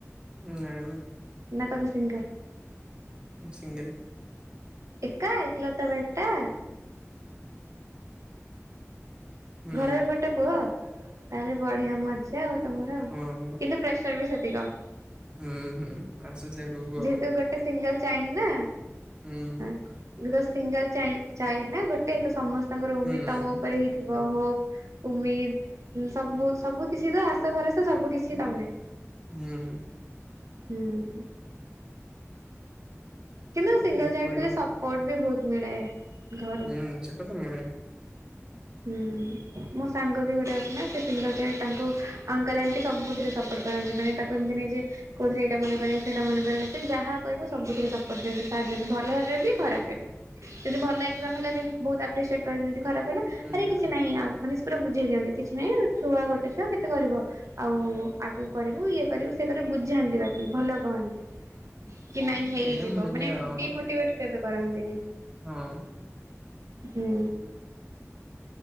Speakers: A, on the right; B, on the right.
A: ଉଁ ନା ନା।
B: ନା ତମେ ସିଙ୍ଗା?
A: ସିଙ୍ଗଲ୍।
B: ଏକା, ଏକ୍ଲତା ବେଟା।
A: ହୁଁ
B: ଘରର ଗୋଟେ ପୁଅ, ତାହେଲେ ବଢିଆ ମଜ୍ ମଜା ଆଉ ତମର
A: ହଁ ହଁ
B: କିନ୍ତୁ ପ୍ରେସର ବି ସେତିକ।
A: ହୁଁ ହୁଁ, ଆସୁଛି ଆଗକୁ ଆଉ।
B: ଯେହେତୁ ଗୋଟେ ସିଙ୍ଗଲ ଚାଇନ୍ ନା?
A: ହୁଁ ଉଁ
B: <unintelligible> ସିଙ୍ଗଲ ଚାଇଲଡ୍ ନା ଗୋଟେ, ତ ସମସ୍ତଙ୍କର
A: ହୁଁ
B: ଉମି ତମ ଉପରେ ହି ବୋହୁ, ଉମିଦ୍, ସବୁ ସବୁ କିଛି ତ ଆଶା ଭରଷା ସବୁ କିଛି ତମେ।
A: ହୁଁ- ଉଁ - ଉ।
B: ହୁଁ। କିନ୍ତୁ
A: କରିବାକୁ
B: ସିଙ୍ଗଲ ଚାଇଡ୍
A: ପଡିବ
B: ଥିଲେ ସପୋର୍ଟ ବି ବହୁତ ମିଳେ ଘରୁ।
A: ହୁଁ ସେଟା ତ ମିଳେ
B: ହୁଁ। ମୋ ସାଙ୍ଗ ବି ଗୋଟେ ଅଛି ନା, ସେ ସିଙ୍ଗଲ ଚାଇଲଡ, ତାଙ୍କୁ ଅଙ୍କଲ ଆଣ୍ଟି ସବୁଥିରେ ସପୋର୍ଟ କରନ୍ତି ମାନେ ତାକୁ ଏମିତି ନାହିଁ ଯେ କୋଉଥିରେ ଏଇଟା ମନା କରିବେ, ସେଇଟା ମନା କରିବେ, ସେ ଯାହା କହିବ ସବୁଥିରେ ସ ପର୍ଯ୍ୟନ୍ତ ସାଥ୍ ଦେଲେ ଭଲରେ ବି ଖରାପ ରେ ବ୍ ଯଦି ଭଲ ଏକ୍ଜାମ ହେଲା ଦେନ୍ ବହୁତ ଆପ୍ରିସିଟ ଯଦି ଖରାପ ହେଲା
A: ହୁଁ
B: ଆରେ
A: ହୁଁ
B: କିଛି ନାଇଁ ଆ ମାନେ ସେ ପୁରା ବୁଝେଇ ଦିଅନ୍ତି କିଛି ନାହିଁ ଛୁଆ ଗୋଟେ ଛୁଆ କେତେ କରିବ। ଆଉ ଆଗକୁ କରିବୁ ଇଏ କରିବୁ ସେ କରିବୁ ବୁଝାନ୍ତି ବାକି ଭଲ କହନ୍ତି। କି ନାଇଁ ହେଇଯିବ
A: ସେଇଟା ମିଳିଯାଏ
B: ମାନେ
A: ଆଉ
B: ଡିମୋଟିଭେଟ କେବେ କରନ୍ତିନି।
A: ହଁ।
B: ହୁଁ।